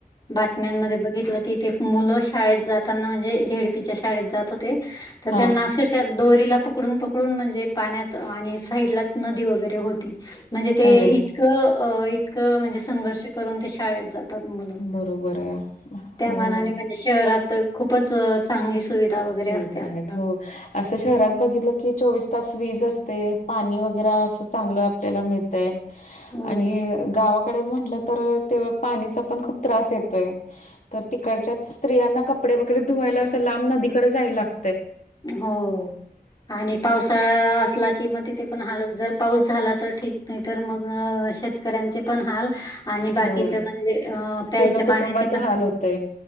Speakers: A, on the left; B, on the left.
A: बातम्यांमध्ये बघितलं की ते मुलं शाळेत जाताना म्हणजे झे ड पीच्या शाळेत जात होते तर
B: हा
A: त्याना अक्षरश दोरीला पकडून पकडून म्हणजे पाण्यात आणि साईडलाच नदी वगैरे होती म्हणजे ते
B: अरे
A: इतकं इतकं म्हणजे संघर्ष करून ते शाळेत जातात मुलं
B: बरोबर आहे
A: त्या
B: हो
A: मानाने
B: ना.
A: म्ह शहरात तर खूपच चांगली सुविधा वगैरे
B: सुविधा
A: असते असणार.
B: आहेत हो असं शहरात बघितलं की चोवीस तास वीज असते पाणी वगैर अस चांगल आपल्याला मिळतय
A: हो.
B: आणि गावा डे म्हटलं तर तेव पाणीचा पण खूप त्रास येतोय. तर तिकडच्या स्त्रियांना कपडे वगैरे धुवायला असं लांब नदीकडे जायला लाग
A: हो आणि पावसाळा असला कि मग तिथे पण हालत जर पाऊस झाला तर ठीक नाही तर मग शेतकऱ्यांचे पण हाल आणि बाकीच
B: हो
A: म्हणजे अ प्यायच्या
B: पूर्ण कुटुंबाचा
A: पाण्याचे पण
B: हाल होतय